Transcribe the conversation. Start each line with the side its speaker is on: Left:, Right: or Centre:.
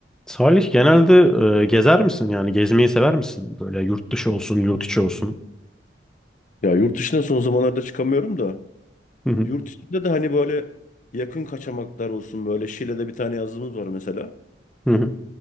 Centre: Salih genelde e, gezer misin? Yani gezmeyi sever misin? Böyle yurt dışı olsun, yurt içi olsun.
Left: Ya yurt dışına son zamanlarda çıkamıyorum da
Centre: Hı hı,
Left: yurt içinde de hani böyle yakın kaçamaklar olsun böyle Şile'de bir tane yazımız var mesela.
Centre: hı hı.